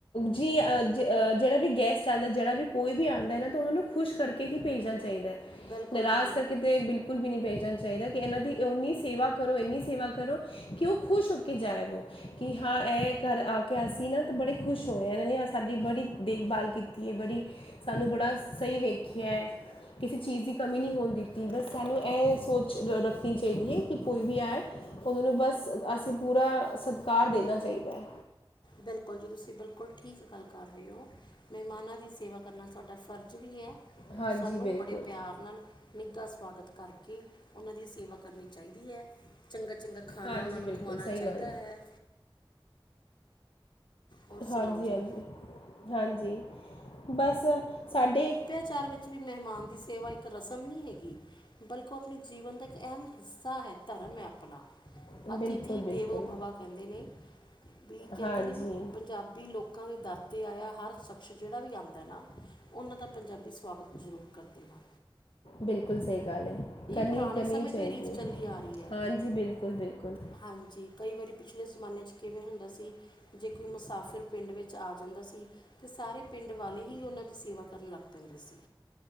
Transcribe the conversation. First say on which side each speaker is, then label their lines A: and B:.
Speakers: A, on the left (about 75°); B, on the left (about 60°).
A: ਜੀ ਅਜ ਜਿਹੜਾ ਵੀ ਗੈਸਟ ਆਉਂਦਾ ਜਿਹੜਾ ਵੀ ਕੋਈ ਵੀ ਆਂਦਾ ਏ ਨਾ ਤਾਂ ਉਹਨਾਂ ਨੂੰ ਖੁਸ਼ ਕਰਕੇ ਹੀ ਭੇਜਣਾ ਚਾਹੀਦਾ,
B: ਬਿਲਕੁਲ
A: ਨਰਾਜ਼
B: ਜੀ
A: ਕਰਕੇ ਤੇ ਬਿਲਕੁਲ ਬਿਲਕੁਲ ਵੀ ਨਹੀਂ ਭੇਜਨਾ ਚਾਈਦਾ ਕਿ ਏਨਾਂ ਦੀ ਇੰਨੀ ਸੇਵਾ ਕਰੋ, ਇੰਨੀ ਸੇਵਾ ਕਰੋ ਕਿ ਓਹ ਖੁਸ਼ ਹੋ ਕੇ ਜਾਇਆ ਵੋ। ਕੀ ਹਾਂ ਇਹ ਘਰ ਆ ਕੇ ਅਸੀਂ ਨਾ ਤਾਂ ਬੜੇ ਖੁਸ਼ ਹੋਏ ਆਂ ਇਹਨਾਂ ਨੇ ਸਾਡੀ ਬੜੀ ਦੇਖਬਾਲ ਕੀਤੀ ਐ ਬੜੀ। ਸਾਨੂੰ ਬੜਾ ਸਹੀ ਵੇਖਿਆ। ਕਿਸੇ ਚੀਜ਼ ਦੀ ਕਮੀ ਨਹੀਂ ਹੋਨ ਦਿੱਤੀ ਬਸ ਸਾਨੂੰ ਐ ਸੋਚ ਰੱਖਨੀ ਚਾਈਦੀ ਐ ਕਿ ਕੋਈ ਵੀ ਆਏ ਉਹਨਾਂ ਨੂੰ ਬਸ ਅਸੀਂ ਪੂਰਾ ਸਤਿਕਾਰ ਦੇਣਾ ਚਾਹੀਦਾ ਹੈ।
B: ਬਿਲਕੁਲ ਜੀ ਤੁਸੀਂ ਬਿਲਕੁਲ ਠੀਕ ਗੱਲ ਕਰ ਰਹੇ ਹੋ ਮਹਿਮਾਨਾਂ ਦੀ ਸੇਵਾ ਕਰਨਾ ਤੁਹਾਡਾ ਫਰਜ਼ ਵੀ ਹੈ।
A: ਹਾਂਜੀ
B: ਤੇ ਸਾਨੂੰ
A: ਬਿਲਕੁਲ
B: ਬੜੇ ਪਿਆਰ ਨਾਲ ਨਿੱਘਾ ਸਵਾਗਤ ਕਰਕੇ ਉਹਨਾਂ ਦੀ ਸੇਵਾ ਕਰਨੀ ਚਾਹੀਦੀ ਹੈ, ਚੰਗਾ-ਚੰਗਾ। ਖਾਨਾ
A: ਹਾਂਜੀ
B: ਓਨਾਂ ਨੂੰ
A: ਬਿਲਕੁਲ
B: ਖਵਾਨਾ
A: ਸਹੀ
B: ਚਾਈਦਾ
A: ਗੱਲ
B: ਹੈ। ਹੋਰ
A: ਹਾਂਜੀ
B: ਸੁਣਾਓ ਜੀ
A: ਹਾਂਜੀ ਹਾਂਜੀ ਬਸ ਸਾਡੇ
B: ਚਾਰ ਵਿੱਚ ਵੀ ਮਹਿਮਾਨ ਦੀ ਸੇਵਾ ਇੱਕ ਰਸਮ ਨਹੀਂ ਹੈਗੀ। ਬਲਕਿ ਉਹ ਆਪਣੇ ਜੀਵਨ ਦਾ ਇੱਕ ਅਹਿਮ ਹਿੱਸਾ ਹੈ ਧਰਮ ਹੈ ਆਪਣਾ।
A: ਬਿਲਕੁਲ
B: ਅਥਿਥੀ
A: ਬਿਲਕੁਲ
B: ਦੇਵੋ ਬਵਾ ਕਹਿੰਦੇ ਨੇ ਵੀ ਕਹਿੰਦੇ
A: ਹਾਂਜੀ
B: ਨੇ ਵੀ ਪੰਜਾਬੀ ਲੋਕ। ਲੋਕਾਂ ਦੇ ਦਰ ਤੇ ਆਇਆ ਹਰ ਸ਼ਖਸ਼ ਜਿਹੜਾ ਵੀ ਆਂਦ ਨਾ ਉਹਨਾਂ ਦਾ ਪੰਜਾਬੀ ਸਵਾਗਤ ਜ਼ਰੂਰ ਕਰਦੇ ਹਾ।
A: ਬਿਲਕੁਲ ਸਹੀ ਗੱਲ ਹੈ ਕਰਨੀ
B: ਪੁਰਾਣੇ
A: ਕਰਨੀ
B: ਸਮੇਂ
A: ਹੀ ਚਾਹੀਦੀ
B: ਤੋਂ ਰੀਤ
A: ਹੈ
B: ਚੱਲੀ ਆ ਰਹੀ ਹੈ
A: ਹਾਂਜੀ ਬਿਲਕੁਲ ਬਿਲਕੁਲ।
B: ਹਾਂਜੀ ਕਈ ਵਾਰੀ ਪਿਛਲੇ ਜ਼ਮਾਨੇ 'ਚ ਕਿਵੇਂ ਹੁੰਦਾ ਸੀ। ਜੇ ਕੋਈ ਮੁਸਾਫ਼ਿਰ ਪਿੰਡ ਵਿੱਚ ਆ ਜਾਂਦਾ ਸੀ ਤੇ ਸਾਰੇ ਪਿੰਡ ਵਾਲੇ ਹੀ ਉਹਨਾਂ ਦੀ ਸੇਵਾ ਕਰਨ ਲੱਗ ਪੈਂਦੇ ਸੀ।